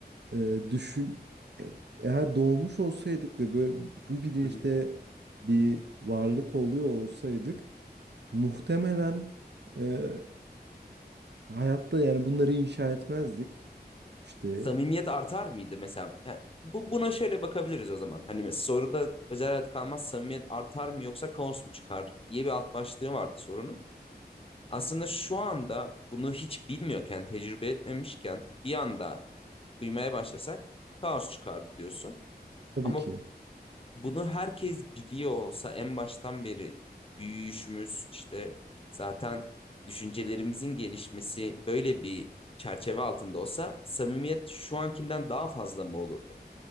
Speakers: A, on the right; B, on the left.
A: Ee, düşün e- eğer doğmuş olsaydık ve böyle bu bilinçte
B: Hı hı.
A: bir varlık oluyor olsaydık muhtemelen e, hayatta yani bunları inşa etmezdik. İşte
B: samimiyet artar mıydı mesela? Yani bu buna şöyle bakabiliriz o zaman. Hani mes- soruda özel hayat kalmaz, samimiyet artar mı yoksa kaos mu çıkar diye bir alt başlığı vardı sorunun. Aslında şu anda bunu hiç bilmiyorken, tecrübe etmemişken bir anda duymaya başlasak kaos çıkar diyorsun.
A: tabii
B: Ama
A: ki.
B: bunu herkes biliyor olsa en baştan beri büyüyüşümüz işte zaten düşüncelerimizin gelişmesi böyle bir çerçeve altında olsa samimiyet şu ankinden daha fazla mı olurdu?